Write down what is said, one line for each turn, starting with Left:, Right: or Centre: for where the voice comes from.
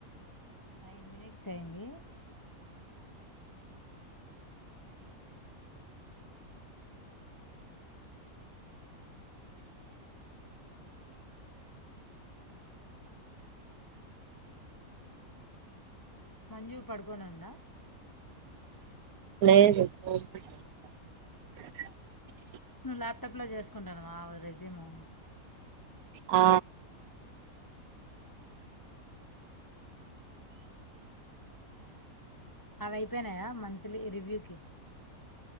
Left: నైన్ మినిట్స్ టెండి మంజు పడుకోనుందా
Right: లేదు <unintelligible>
Left: నువ్వు ల్యాప్టాప్ లో చేసుకుంటున్నావా రెస్యూము
Right: ఆ
Left: అవియిపోయినాయా మంత్లీ రివ్యూకి